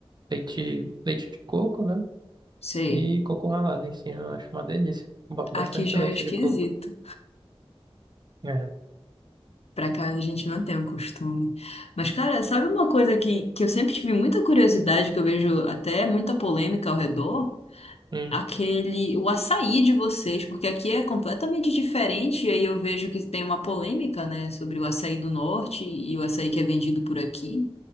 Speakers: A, on the right; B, on the left.
A: leite, leite de coco, né?
B: Sei.
A: E coco ralado em cima, eu acho uma delícia. Boto
B: Aqui
A: bastante
B: já
A: leite
B: é esquisito.
A: de coco. É.
B: Pra cá a gente não tem o costume. Mas, cara, sabe uma coisa que, que eu sempre tive muita curiosidade, que eu vejo até muita polêmica ao redor?
A: Hum,
B: Aquele, o açaí de vocês, porque aqui é completamente diferente, e aí eu vejo que tem uma polêmica, né, sobre o açaí do norte e o açaí que é vendido por aqui.